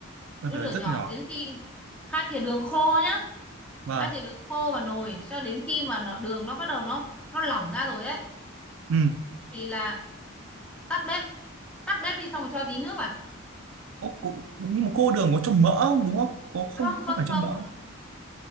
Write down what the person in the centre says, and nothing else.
đun
lửa nhỏ
đến khi hai thìa đường khô nhá
hai thìa đường khô vào nồi cho đến khi mà nó đường nó bắt đầu nó nó lỏng ra rồi ấy
thì là tắt bếp tắt bếp đi xong rồi cho tí nước vào
không không
không
không